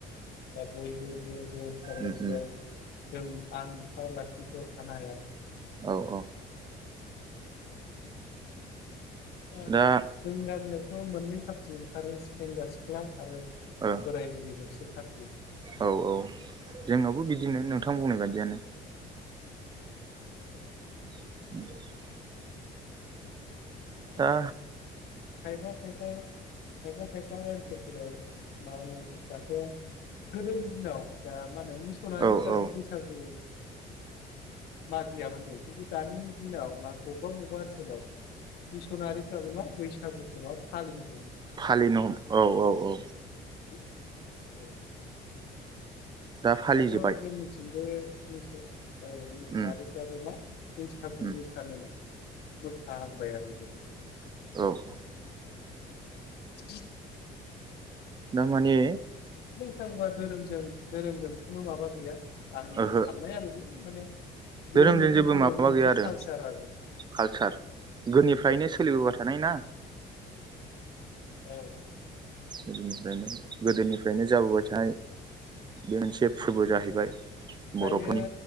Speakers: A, on the left; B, on the right.
A: दा बयबो ज' ज' ओंखारबायब्ला
B: उम उम
A: जों आं ओंखारालासिनोथ' थानो हाया।
B: औ औ।
A: <unintelligible>
B: दा
A: जोंनि गामियावथ' मोननै फारथि ओंखारो। सेंग्रा सिख्ला आरो
B: औ
A: बोराय बुरै मोनसे <unintelligible>
B: औ औ जोंनावबो बिदिनो नोंथां बुंनाय बादियानो।
A: औ।
B: <inaudible>
A: <unintelligible> खायफा
B: दा
A: खायफा खायफा खाइफा ओनसोलफोराव मा होनो दाथ' गोदोनि दिनाव दा मा होनो मिसनारिफोराबो
B: औ औ
A: बैसागु मा गैयामोन दे खिन्थु दानि दिनाव मा बबेबा बबेबा ओनसोलाव मिसनारिफ्राबो मा बैसागुखौ मा फालिनो ह
B: फालिनो हम औ औ औ।
A: <inaudible>
B: दा फालिजोब्बाय
A: दाथ' जोंनिथिंबो <unintelligible> औ मजुनारिफ्राबो
B: उम
A: मा बैसागु
B: उम
A: मोसानो मोसाहांबाय आरो <unintelligible>
B: औ औ।
A: <unintelligible>
B: दा माने
A: सागुआ धोरोमजों धोरोमजों खुनु माबा गैया आंनि
B: ओहो
A: साननाय आरो बे माने बियो
B: धोरोमजों
A: मोनसे
B: जेबो
A: बर'नि
B: माबा‌
A: मोनसे
B: गैया आरो
A: कालसार आरो
B: कालसार
A: औ
B: गोदोनिफ्रायनो सोलिबोबाय थानाय ना।
A: औ।
B: गोदोनिफ्रायनो गोदोनिफ्रायनो जाबोबाय थानाय बे मोनसे फोरबो जाहैबाय
A: औ दायो
B: बर'फोरनि